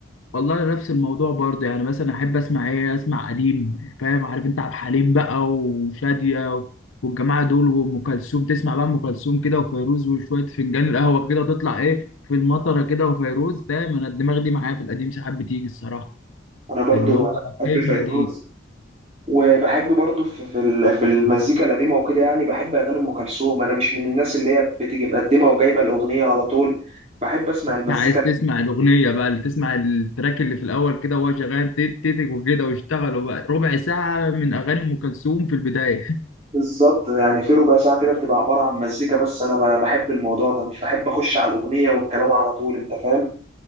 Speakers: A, on the left (about 80°); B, on the right (about 30°).
A: والله نفس الموضوع برضه يعني مثلا احب اسمع ايه اسمع قديم فاهم عارف انت عبد الحليم بقى وشادية و- والجماعه دول وام كلثوم تسمع بقى ام كلثوم كده وفيروز وشويه فنجان القهوه كده وتطلع ايه في المطره كده وفيروز فاهم انا الدماغ دي معايا في القديم ساعات بتيجي الصراحه
B: أنا برضو
A: اللي هو
B: بحب
A: خايف
B: فيروز
A: من القديم
B: وبحب برضو في في ال- في المزيكا القديمة وكده يعني بحب أغاني أم كلثوم أنا مش من الناس اللي هي بتيجي مقدمة وجايبة الأغنية على طول بحب أسمع المزيكا
A: عايز تسمع الاغنيه بقى اللي تسمع التراك اللي في الاول كده وهو شغال تيت تيت وكده واشتغلوا بقى ربع ساعه من اغاني ام كلثوم في البدايه
B: بالظبط يعني في ربع ساعة كده بتبقى عبارة عن مزيكا بس أنا ب- بحب الموضوع ده مش بحب أخش على الأغنية والكلام على طول أنت فاهم؟